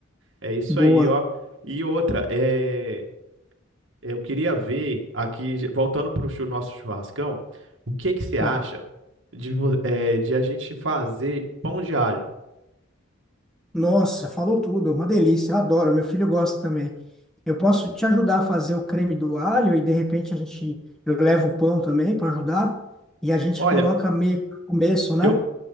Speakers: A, on the right; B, in the centre.
A: É isso
B: Boa.
A: aí, ó. E outra, é, eu queria ver aqui, voltando para o nosso churrascão, o que que você
B: Tá.
A: acha de, vo- é, de a gente fazer pão de alho?
B: Nossa, falou tudo, uma delícia, eu adoro, meu filho gosta também. Eu posso te ajudar a fazer o creme do alho e de repente a gente, eu levo o pão também para ajudar e a gente
A: Olha.
B: coloca meio que no começo, né?
A: eu